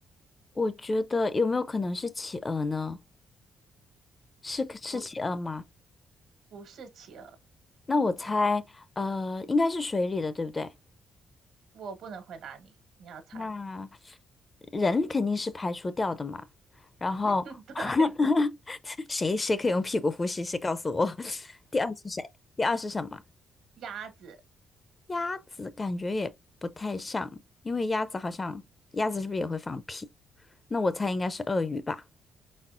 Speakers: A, on the left (about 25°); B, on the right (about 75°).
A: 我觉得有没有可能是企鹅呢？是是企鹅吗？
B: 不，不是企鹅，
A: 那我猜，呃，应该是水里的，对不对？
B: 我不能回答你，你要猜。
A: 那人肯定是排除掉的嘛。然后
B: <laughs> 对，
A: <laughs> 谁谁可以用屁股呼吸？谁告诉我？<laughs> 第二是谁？第二是什么？
B: 鸭子，
A: 鸭子感觉也不太像，因为鸭子好像鸭子是不是也会放屁？那我猜应该是鳄鱼吧？